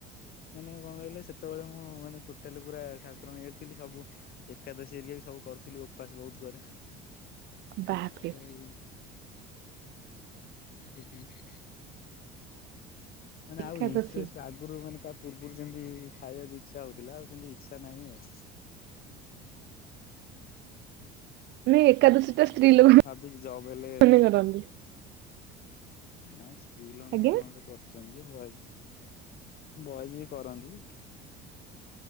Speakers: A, on the left (about 50°); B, on the right (about 65°).
A: ମାନେ କଣ କହିଲେ ସେତେବେଳେ ହିଁ ମୁଁ ମାନେ ଟୋଟାଲି ପୁରା ଠାକୁରଙ୍କ ଏରି ଥିଲି ସବୁ ଏକାଦଶୀ ଏରିକା ବି ସବୁ କରିୁଥିଲି ଉପାସ ବହୁତ କରେ।
B: ବାପରେ
A: ବାହାରେ ସେଦିନ। ମାନେ
B: ଏକାଦଶୀ
A: ଆଉ ଇଣ୍ଟଷ୍ଟ ଆଗରୁ ମାନେ ତା ପୂର୍ବରୁ ଯେମିତି ଖାଇବାକୁ ଇଚ୍ଛା ହଉଥିଲା ଆଉ ସେମତି ଇଚ୍ଛା ନାହିଁ ଆଉ
B: ନାଇଁ ଏକାଦଶୀଟା ସ୍ତ୍ରୀ ଲୋକ
A: ଭାବିଛି ଜବ୍ ହେଲେ
B: କରନ୍ତି।
A: ନାଇଁ ସ୍ତ୍ରୀ ଲ
B: ଆଜ୍ଞା।
A: ନାଇଁ ସମସ୍ତେ କର ଚନ୍ତି ବଏଜ ବଏଜ ବି କରନ୍ତି ଯେ,